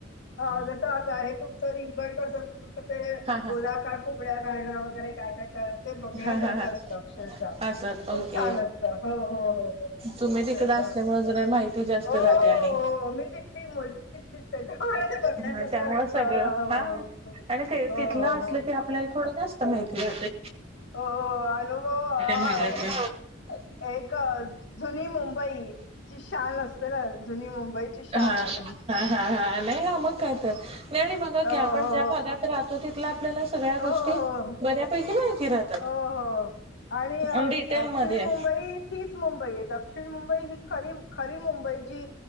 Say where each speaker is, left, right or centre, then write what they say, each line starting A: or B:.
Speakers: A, on the left (about 65°); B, on the right (about 30°).
A: अ जसं आता हे तुमचं रिंगण कस असतं तसं ते
B: हा हा
A: गोलाकार फुगड्या घाला‌ वगैरे. काय काय ते बघण्यासारखं
B: हा हा हा
A: असतं अक्षरशः
B: असं
A: खूप
B: ओके
A: छान असतं हो हो हो हो.
B: तुम्ही तिकड
A: ते-
B: असल्यामुळे जरा माहिती जास्त
A: हो हो
B: राहते आणि.
A: हो. मी मूळची तिथलीच आहे. त्यामुळे करण्यासारख
B: ह त्यामुळे
A: असत
B: सगळं
A: हो
B: हा आणि ते
A: हो
B: तिथलं असलं
A: हो.
B: की आपल्याला थोडं जास्त माहिती राहतंय.
A: हो अनुभव हाआआ.
B: भागातलं
A: एक जुनी मुंबई ची शान असते ना, जुनी मुंबईची शान
B: हा
A: आहे.
B: हा हा हा नाही हा मग काय तर. नाही आणि बघा
A: हो
B: की आपण
A: हो
B: ज्या भागात राहतो तिथं आपल्याला सगळ्या
A: हो
B: गोष्टी
A: हो हो.
B: बऱ्यापैकी माहिती राहतात.
A: अ हो आणि
B: अण डिटेल
A: ऍक्च्युली
B: मध्ये.
A: मुंबई तीच मुंबई आहे. दक्षिण मुंबई ही खरी खरी मुंबई जी